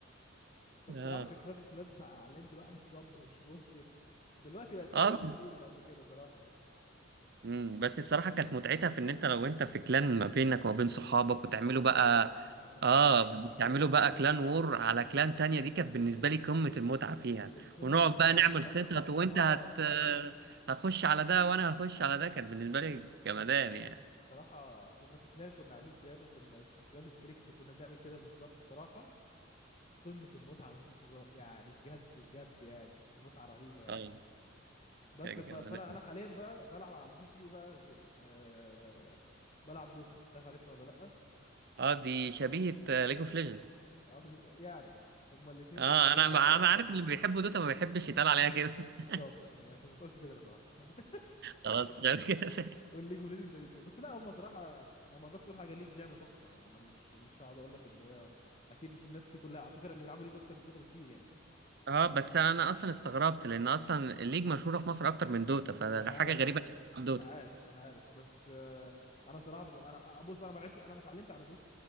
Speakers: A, on the left; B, on the right.
A: بس
B: اه
A: صراحه كانت كلاش اوف كلانس علمت الواحد الصبر مش ممكن دلوقتي بقت اسهل
B: اه
A: بكتير من قبل كده صراحه يعني
B: أمم، بس الصراحه كانت متعتها في ان انت لو انت في كلان ما بينك وما بين صحابك وتعملوا
A: دي كانت رهيبه
B: بقى
A: دي كانت
B: اه
A: رهيبه
B: بتعملوا بقى كلان وور على كلان تانية دي كانت بالنسبة لي قمة المتعة فيها
A: دي كانت قمه
B: ونقعد
A: المتعه
B: بقى نعمل
A: والمنافسه
B: خطط وانت
A: اه
B: هت هتخش على ده وانا هخش على ده كانت بالنسبة لي جمدان يعني
A: صراحه كنا في كلان كنا عاملين كلان وكنا كان كلان ستريكت وكنا بنعمل كده بالظبط صراحه قمه المتعه مفيش هزار يعني بجد بجد يعني متعه رهيبه يعني
B: اه
A: بس
B: كان
A: ف-
B: جمدان
A: فانا انا حاليا بقى بلعب على البي سي بقى غ- آه بلعب دوتا مش عارف عارفها ولا لا
B: اه دي شبيهة ليج اوف ليجندز
A: أو يعني هما الاثنين
B: اه
A: يعتبروا
B: انا انا عارف اللي بيحبوا دوتا ما بيحبش يتقال عليها كده
A: <laughs> بالظبط
B: <laughs>
A: يعني عشان ما تقولش كده لو سمحت <laughs>
B: خلاص مش عارف كده <laughs>
A: والليج اوف ليجندز سبيد، بس لا هما صراحه انا ما اقدرش اقول حاجه ليج لعبه تحفه انا انا مش مش هقعد اقول لك ان هي اكيد مش الناس دي كلها على فكره اللي بيلعبوا ليج اكتر من دوتا بكتير يعني
B: اه بس انا اصلا استغربت لان اصلا الليج مشهورة في مصر اكتر من دوتا
A: ما انا
B: فحاجة
A: عارف
B: غريبة انك تلعب دوتا
A: انا عارف انا عارف بس آه، انا صراحه ب... انا بص انا ما لعبت انا اتعلمت على دوتا